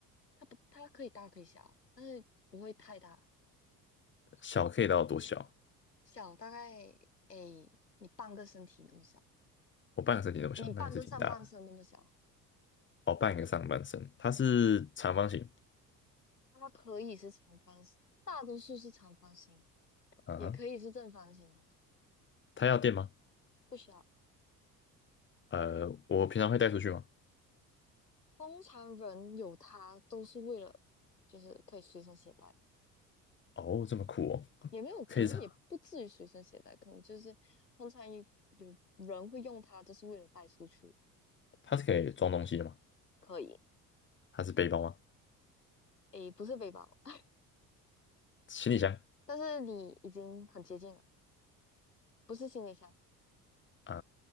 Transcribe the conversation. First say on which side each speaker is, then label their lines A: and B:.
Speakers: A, on the left (about 85°); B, on the left (about 25°).
A: 它不，它可以大可以小啊，但是不会太大，
B: 小可以到多小？
A: 小大概哎，你半个身体那么小，
B: 我半个身体这么小，
A: 你半个上半身那么小。
B: 那也是挺大的。哦，半个上半身，它是长方形。
A: 它可以是长方形，大多数是长方形，
B: 啊，
A: 也可以是正方形，
B: 它要电吗？
A: 不需要。
B: 呃，我平常会带出去吗？
A: 通常人有它都是为了，就是可以随身携带，
B: 哦，这么酷哦，
A: 也没有可能也不至于随身携带，
B: 可以这样，
A: 可能就是通常有有人会用它，就是为了带出去。
B: 它是可以装东西的吗？
A: 可以，
B: 它是背包吗？
A: 诶，不是背包，<laughs>
B: 行李箱
A: 但是你已经很接近了，不是行李箱。
B: 啊，